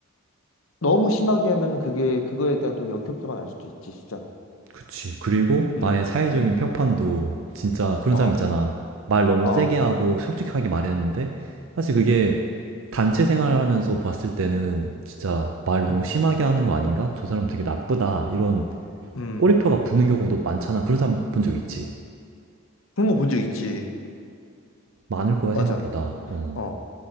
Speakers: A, on the left (about 70°); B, on the right (about 70°).
A: 너무 심하게 하면은 그게 그거에 대한 또 역효과가 날 수도 있지 진짜로.
B: 그치. 그리고
A: 음,
B: 나의 사회적인
A: 음,
B: 평판도 진짜 그런
A: 어,
B: 사람 있잖아. 말 너무
A: 어,
B: 세게 하고 솔직하게 말했는데 사실 그게 단체 생활하면서 봤을 때는 진짜 말 너무
A: 음,
B: 심하게 하는 거 아닌가? 저 사람 되게 나쁘다. 이런
A: 음.
B: 꼬리표가 붙는 경우도 많잖아. 그런 사람 본 적 있지?
A: 그런 거 본 적 있지.
B: 많을 거야,
A: 맞아.
B: 생각보다. 어.
A: 어.